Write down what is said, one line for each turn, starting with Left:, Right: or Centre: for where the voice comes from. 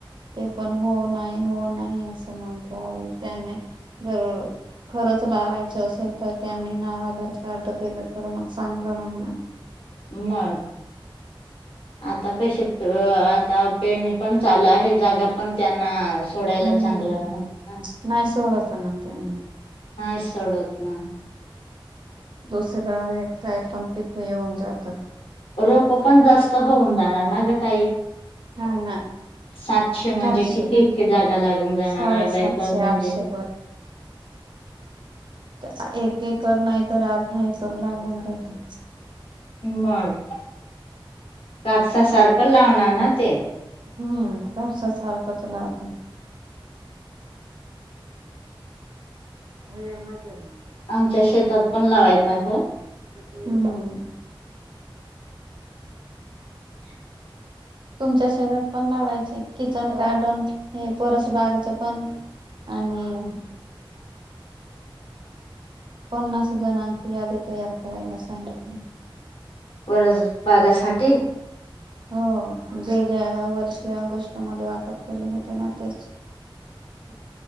Right: ते पण हो, नाही, हो, नाही, असं म्हणतो त्याने जर खरच लावायचं असेल तर. त्यांनी नाव आधार कार्ड दिलं तर मग चांगलं राहणार.
Left: मग आता, कसे आता. पेरणी पण चालू आहे, जागा पण त्यांना सोडायला
Right: हम्म
Left: चांगलं राहणार ना.
Right: नाही सोडत ना त्यांनी
Left: चडत नाय
Right: दुसरं हे काय पण टिकू येऊन जात
Left: रोप पण जास्त होऊन जाणार ना ग ताई
Right: हा ना
Left: सातशे म्हणजे
Right: सातशे
Left: किती इतके जाग त्याला घेऊन जाणारा
Right: साडेसातशे
Left: दैताक म्हणजे?
Right: आठशे तसा एक एकर नाही तर अर्धा एकर लागून जातं
Left: मग कापसा सारखं लावणार ना ते
Right: ह, ह सारखाच लागतोय होय आम्हा चार्जर
Left: आमच्या शेतात पण लावायच आहे हो
Right: हम्म तुमच्या शेतात पण लावायचे किचन गार्डन हे परसबागच पण आणि पन्नास जणांची यादी तयार करायला सांगितली
Left: परस बागासाठी
Right: हो गेल्या वर्षी ऑगस्टमध्ये वाटप केले होते ना तेच <inaudible>